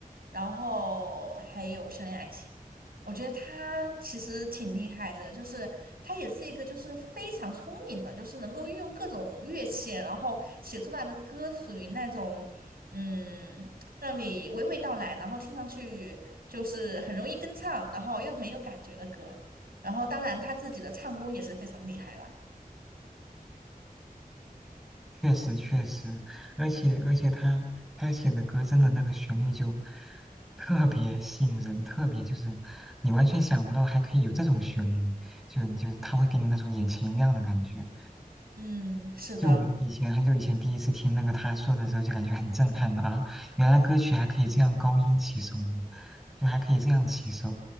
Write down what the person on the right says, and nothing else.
然后还有《修炼爱情》。我觉得他其实挺厉害的，就是他也是一个就是非常聪明的，就是能够运用各种乐器，然后写出来的歌属于那种。嗯，让你娓娓道来，然后听上去就是很容易跟唱，然后又很有感觉的歌。然后，当然他自己的唱功也是非常厉害啦。
嗯，是的，